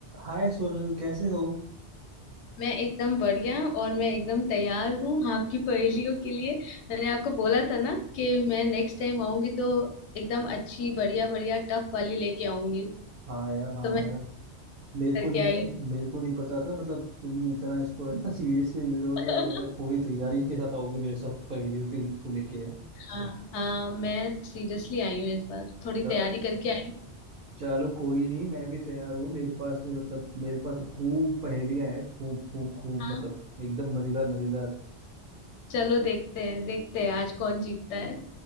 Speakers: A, on the right; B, on the left.
A: हाय सोनल कैसे हो
B: मैं एकदम बढ़िया और मैं एकदम तैयार हूँ आपकी पहेलियों के लिए मैंने आपको बोला था ना कि मैं नेक्स्ट टाइम आऊंगी तो एकदम अच्छी बढ़िया बढ़िया टफ वाली लेके आऊंगी
A: हाँ यार हाँ
B: तो मैं
A: यार मेरे
B: करके
A: को नहीं
B: आई
A: मेरे को नहीं पता था मतलब तुम इतना इसको है ना सीरियसली ले लोगे और
B: हूँ <laughs>
A: मतलब पूरी तैयारी के साथ आओगे मेरे साथ पहेलियों के को लेके यार
B: हाँ हाँ मैं सीरियसली आई हूँ इस बार थोड़ी
A: च-
B: तैयारी करके आई हूँ
A: चलो कोई नहीं मैं भी तैयार हूँ मेरे पास भी मतलब मेरे पास तो खूब पहेलियां हैं खूब खूब खूब
B: हाँ
A: मतलब एकदम मजेदार मजेदार
B: चलो देखते हैं देखते हैं आज कौन जीतता है